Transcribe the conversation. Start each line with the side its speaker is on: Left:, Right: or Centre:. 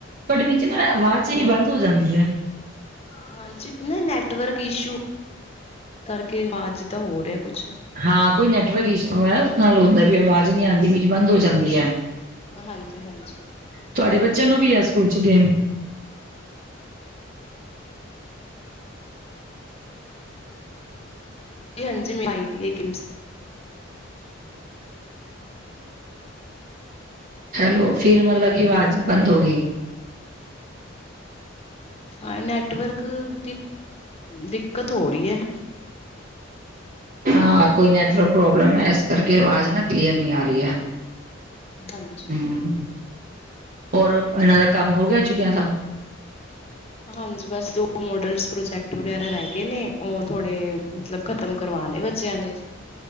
Right: ਬਟ ਵਿੱਚ ਨਾ ਆਵਾਜ਼ ਬੰਦ ਹੋ ਜਾਂਦੀ ਹੈ।
Left: ਹਾਂਜੀ ਨਾ ਨੈਟਵਰਕ ਇਸ਼ੂ ਕਰਕੇ ਅਜ ਤਾਂ ਹੋ ਰਿਹਾ। ਕੁਛ
Right: ਹਾਂ ਕੋਈ ਨੈਟਵਰਕ ਇਸ਼ੂ ਹੈ ਉਸ ਨਾਲ ਹੁੰਦਾ ਵੀ ਆਵਾਜ਼ ਨਹੀਂੀ ਆਉਂਦੀ ਵੀ ਬੰਦ ਹੋ ਜਾਂਦੀ ਹੈ।
Left: ਹਾਂਜੀ ਹਾਂਜੀ
Right: ਤੁਹਾਡੇ ਬੱਚਿਆਂ ਨੂੰ ਵੀ ਹੈ ਸਕੂਲ ਚ। ਗਮ।
Left: ਜੀ-ਹਾਂਜੀ, ਮਾਈ ਦੀ ਹੈ <unintelligible>
Right: ਹੈਲੋ ਫਿਰ ਮਤਲਬ ਕਿ ਆਵਾਜ਼ ਬੰਦ ਹੋ ਗਈ।
Left: ਹਾਂ ਨੈਟਵਰਕ ਦੀ ਦਿੱਕਤ ਹੋ ਰਹੀ ਹੈ।
Right: ਹਾਂ ਕੋਈ ਨੈਟਵਰਕ ਪ੍ਰੋਬਲਮ ਹੈ ਇਸ ਕਰਕੇ ਆਵਾਜ਼ ਨਾ ਕਲੀਅਰ ਨਹੀਂ ਆ ਰਹੀ ਹੈ।
Left: ਹਾਂਜੀ।
Right: ਹਮ। ਹੋਰ ਇਹਨਾਂ ਦਾ ਕੰਮ ਹੋ ਗਿਆ ਛੁਟਿਆਂ ਦਾ।
Left: ਹਾਂਜੀ ਬਸ ਜੋ ਮੋਡਲਸ, ਪ੍ਰੋਜੈਕਟ ਵਗੈਰਾ ਰਹਿਗੇ ਨੇ, ਉਹ ਥੋੜੇ ਮਤਲਬ ਖਤਮ ਕਰਵਾ ਨੇ ਬੱਚਿਆਂ ਦੇ।